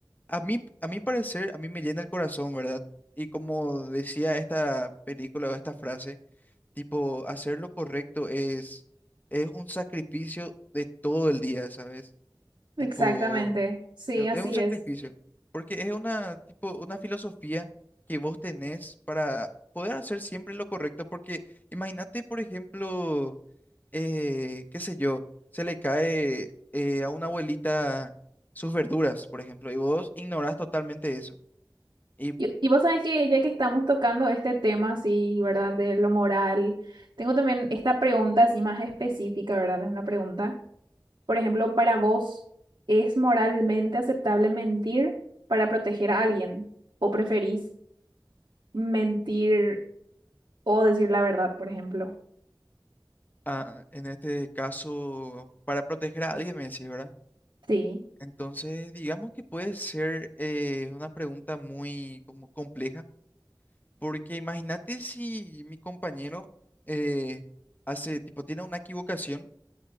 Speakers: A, on the left (about 20°); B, on the right (about 75°).
A: a mí, a mi parecer, a mí me llena el corazón, ¿verdad? Y como decía esta película o esta frase, Tipo, hacer lo correcto es, es un sacrificio de todo el día, ¿sabes?
B: Exactamente,
A: Tipo,
B: sí,
A: e-
B: así
A: es un Sí,
B: es.
A: sacrificio, porque es una, tipo, una filosofía que vos tenés para poder hacer siempre lo correcto, porque imagínate, por ejemplo, eh, qué sé yo, se le cae eh, a una abuelita sus verduras, por ejemplo, y vos ignorás totalmente eso. Y
B: Y, y vos sabés que ya que estamos tocando este tema así, ¿verdad? De lo moral, tengo también esta pregunta así más específica, ¿verdad? Es una pregunta. Por ejemplo, para vos, ¿es moralmente aceptable mentir para proteger a alguien? ¿O preferís mentir o decir la verdad, por ejemplo?
A: ah, en este caso, para proteger a alguien, me decís, ¿verdad?
B: Sí,
A: Entonces, digamos que puede ser eh, una pregunta muy como compleja, porque imagínate si mi compañero eh, hace, tipo, tiene una equivocación,